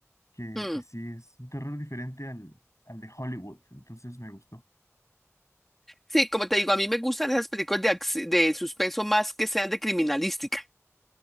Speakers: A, on the left; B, in the centre.
A: que,
B: Mm.
A: que sí es un terror diferente al, al de Hollywood, entonces me gustó.
B: Sí, como te digo, a mí me gustan esas películas de, acci- de suspenso más que sean de criminalística.